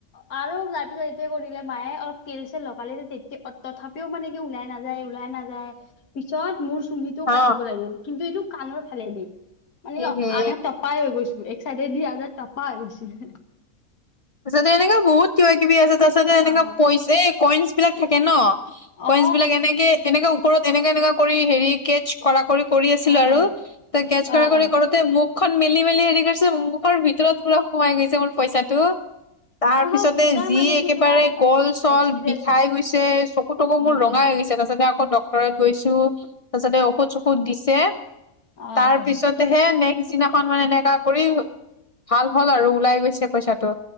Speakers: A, on the left; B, on the left.
A: আৰু ৰাতি- ৰাতি কৰিলে মায়ে অলপ তেল চেল লগালে তেতিয়া তথাপিও মানে কি ওলাই নাযায়। নাযায় ওলাই নাযায় পিছত মোৰ চুলিটো
B: অ
A: কাটিব লাগিল কিন্তু এইটো কাণৰ ফালে দি মানে
B: ইহে
A: আধা টপাই হৈ গৈছো এক চাইডে দি আধা টপা হৈ গৈছিল।
B: তাৰিছতে এনেককা বহুত কিবা কিবি আছে তাৰ পাছতে এনেককাাইছে
A: অ
B: এই কইনছ বিলাক থাকে ন।
A: অ
B: কইনছ বিলাক এনেকে এ তেনেকে ওপৰত এনেকে এনেকা কৰি হে কে কৰা কৰি - কৰি আছিলো
A: অ
B: আৰু
A: অ।
B: ত গেছ
A: অ
B: কৰা কৰি
A: অ
B: কৰোতে মোক খখন মেলি - মেলি হেৰি কৰিছো মখৰ ভিতৰত পুৰা সোমাই গৈছে মোৰ পইচাটো তাৰ পিছতে
A: অ পুৰা
B: যি
A: মানে
B: একেবাৰে
A: কি তোমাৰ
B: গল চল
A: এক্সিডেণ্ট
B: বিষাই
A: হয়।
B: গৈছে চকু তকু
A: উম
B: মোৰ ৰঙাই
A: উম
B: ত আছে। ডটৰত গৈছো তাৰপিছতে ঔষধ চষধ দিছে
A: অ
B: তাৰ
A: অ
B: পিছতহে নেক্স নিচিনাখন মানে এনেকা কৰি ভাল হ'ল আৰু ওলাই গৈছে পইচাটো